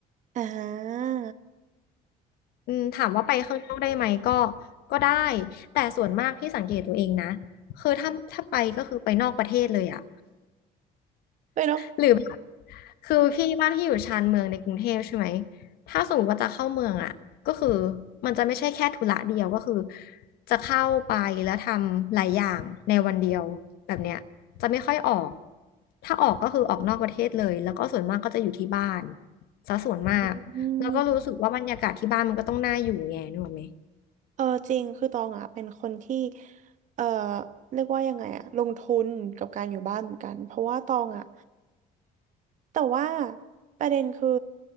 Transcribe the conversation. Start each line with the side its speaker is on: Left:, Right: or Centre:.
Right: อ่า
Left: อืมถามว่าไปข้างนอกได้ไหมก็ก็ได้แต่ส่วนมากพี่สังเกตตัวเองนะคือถ้าถ้าไปก็คือไปนอกประเทศเลยอ่ะ
Right: เลยเนาะ
Left: หรือแบบ คือพี่บ้านที่อยู่ชานเมืองในกรุงเทพใช่ไหมถ้าสมมติว่าจะเข้าเมืองอ่ะก็คือมันจะไม่ใช่แค่ธุระเดียวก็คือจะเข้าไปแล้วทำหลายอย่างในวันเดียวแบบเนี้ยจะไม่ค่อยออกถ้าออกก็คือออกนอกประเทศเลยแล้วก็ส่วนมากก็จะอยู่ที่บ้านซะส่วนมากแล้วก็รู้สึกว่าบรรยากาศที่บ้านมันก็ต้องน่าอยู่ไงนึกออกไหม
Right: อืมเออจริงคือตองอ่ะเป็นคนที่เออเรียกว่ายังไงอ่ะลงทุนกับการอยู่บ้านเหมือนกันเพราะว่าตองอ่ะ แต่ว่าประเด็นคือ